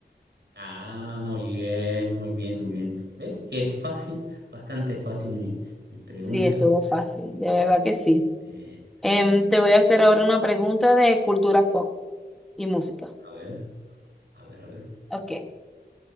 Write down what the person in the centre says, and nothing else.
Sí, estuvo fácil, de verdad que sí.
Em, te voy a hacer ahora una pregunta de cultura pop y música.
Ok.